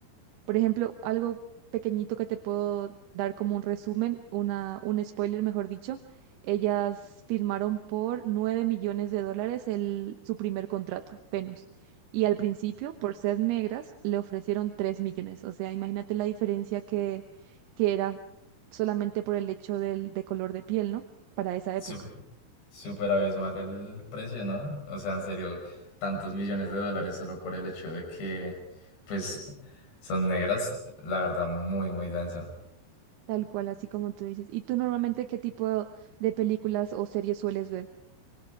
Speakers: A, on the right (about 75°); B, on the left (about 75°).
A: por ejemplo, algo pequeñito que te puedo dar como un resumen, una, un spoiler, mejor dicho. Ellas firmaron por 9 millones de dólares el, su primer contrato, Venus. Y al principio, por ser negras, le ofrecieron 3 millones. O sea, imagínate la diferencia que, que era solamente por el hecho del, de color de piel, ¿no? Para esa
B: Sup-
A: época.
B: Súper abismal el precio, ¿no? O sea, en serio, tantos millones de dólares solo por el hecho de que, pues, son negras, la verdad, muy, muy denso.
A: Tal cual, así como tú dices. ¿Y tú normalmente qué tipo de películas o series sueles ver?